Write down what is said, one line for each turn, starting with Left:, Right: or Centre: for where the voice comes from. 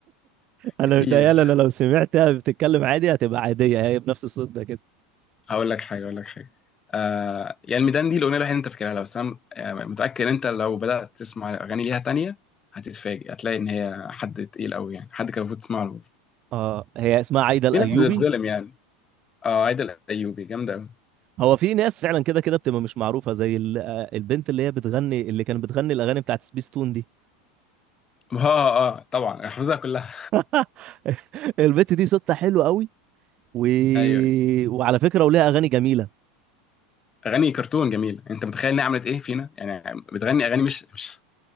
Right: انا
Left: كتير
Right: متهيالي انا لو سمعتها بتتكلم عادي هتبقى عاديه هي بنفس الصوت ده كده
Left: اقول لك حاجه اقول لك حاجه آه يعني الميدان دي الاغنيه الوحيده اللي انت فاكرها لها، بس انا آه، متاكد ان انت لو بدات تسمع اغاني ليها تانية هتتفاجئ هتلاقي ان هي حد تقيل قوي يعني حد كان المفروض تسمع له
Right: اه هي اسمها عايده الايوبي
Left: في ناس والله بتتظلم يعني اه عايده الايوبي جامده قوي
Right: هو في ناس فعلا كده كده بتبقى مش معروفه زي ال... آه، البنت اللي هي بتغني اللي كانت بتغني الاغاني بتاعت سبيس تون دي
Left: اه اه آه، طبعا انا حافظها كلها
Right: <laughs> البنت دي صوتها حلو قوي و...
Left: ايوه ايوه
Right: وعلى فكره وليها اغاني جميله
Left: اغاني كرتون جميله انت متخيل انها عملت ايه فينا يعني بتغني اغاني مش مش